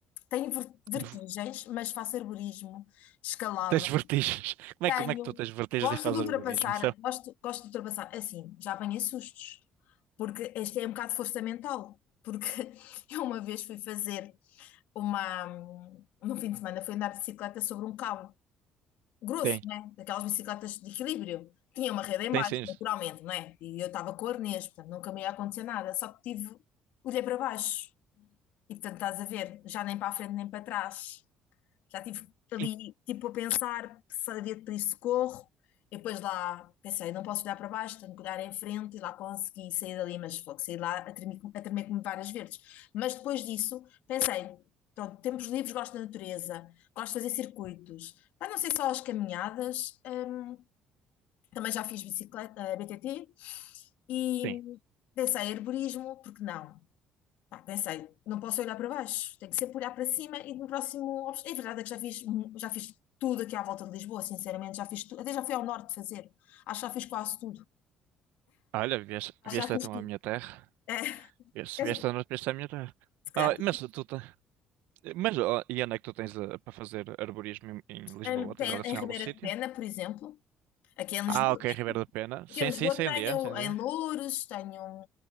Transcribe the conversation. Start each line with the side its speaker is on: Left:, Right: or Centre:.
Left: Tenho ver- vertigens,
Right: <laughs>
Left: mas faço arborismo, escalada.
Right: Tens vertigens. Como
Left: Tenho.
Right: é, que- como é que tu tens vertigens
Left: Gosto
Right: e fazes
Left: de ultrapassar,
Right: arborismo?
Left: gosto, gosto de ultrapassar. É Assim, já apanhei sustos, porque este é um bocado de força mental. Porque <laughs> eu uma vez fui fazer uma. hum, Num fim de semana fui andar de bicicleta sobre um cabo grosso,
Right: Tem,
Left: né? Daquelas bicicletas de equilíbrio. Tinha uma rede em
Right: tem
Left: baixo,
Right: sim.
Left: naturalmente, não é? E eu estava com o arnês, portanto, nunca me ia acontecer nada. Só que tive, olhei para baixo e, portanto, estás a ver, já nem para a frente nem para trás. Já estive ali,
Right: In-
Left: tipo, a pensar se havia de pedir socorro. E depois lá pensei, não posso olhar para baixo, tenho que olhar em frente e lá consegui sair dali, mas fogo, saí lá a tremer, a tremer como várias verdes. Mas depois disso pensei, pronto, tempos livres, gosto da natureza, gosto de fazer circuitos. mas não ser só as caminhadas, hum, também já fiz bicicleta, eh, BTT e
Right: Tem.
Left: pensei, herborismo, porque não? Pá, pensei, não posso olhar para baixo, tenho que sempre olhar para cima e no próximo. obs- É verdade é que já fiz, mu- já fiz tudo aqui à volta de Lisboa, sinceramente, já fiz tudo, até já fui ao norte fazer, acho que já fiz quase tudo,
Right: Olha, vieste,
Left: acho
Right: vieste
Left: que já fiz
Right: então
Left: tudo.
Right: à minha terra.
Left: É,
Right: Vieste,
Left: é,
Right: vieste
Left: se
Right: à noite, vieste à minha terra.
Left: calhar,
Right: Ah, mas tu, te- mas ó, e onde é que tu tens eh, para fazer arborismo em, em Lisboa?
Left: em, Pe-
Right: Tens assim
Left: em Ribeira
Right: algum sítio?
Left: de Pena, por exemplo, aqui em Lisboa,
Right: Ah, ok, Ribeiro da Pena. Sim,
Left: aqui em Lisboa
Right: sim, sei
Left: tenho
Right: onde é, sei onde
Left: em
Right: é.
Left: Loures, tenho